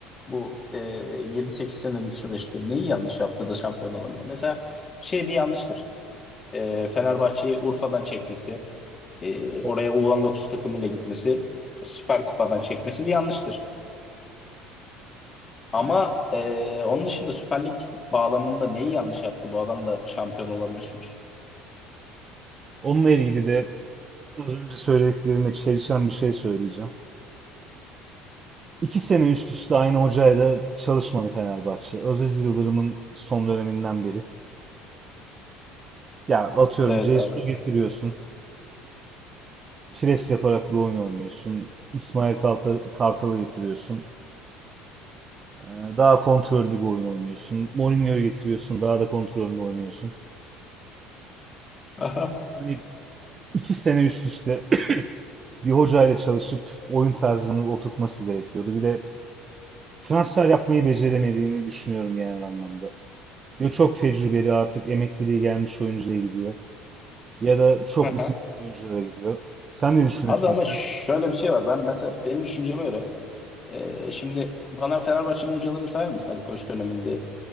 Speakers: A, on the left (about 30°); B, on the right (about 30°).
A: Bu e, 7-8 senelik süreçte neyi yanlış yaptı da şampiyon olamadı? Mesela şey bir yanlıştır. E, Fenerbahçe'yi Urfa'dan çekmesi, e, oraya
B: Ya,
A: U19 takımıyla gitmesi, Süper Kupa'dan çekmesi bir yanlıştır. Ama
B: Aynen.
A: e, onun dışında Süper Lig bağlamında neyi yanlış yaptı? Bu adam da şampiyon olamıyorsunuz.
B: Onunla ilgili de az önce söylediklerime çelişen bir şey söyleyeceğim. İki sene üst üste aynı hocayla çalışmadı Fenerbahçe. Aziz Yıldırım'ın son döneminden beri. Ya atıyorum
A: Evet
B: Cesu
A: abi.
B: getiriyorsun. pres yaparak bir oyun oynuyorsun. İsmail Kartal- Kartal'ı getiriyorsun. Ee, Daha kontrollü bir oyun oynuyorsun. Mourinho'yu getiriyorsun. Daha da kontrollü oynuyorsun.
A: <laughs> Aha.
B: Hani iki sene üst üste <clears throat> bir hocayla çalışıp oyun tarzını oturtması gerekiyordu. Bir de transfer yapmayı beceremediğini düşünüyorum genel anlamda. Ya çok tecrübeli artık emekliliği gelmiş oyuncuya gidiyor. Ya da çok
A: Aha.
B: isimli oyunculara gidiyor. Sen ne düşünüyorsun?
A: Abi ama şöyle
B: Sen
A: bir şey var. Ben mesela benim düşünceme göre Ee, şimdi bana Fenerbahçe'nin hocalarını sayar mısın Ali Koç döneminde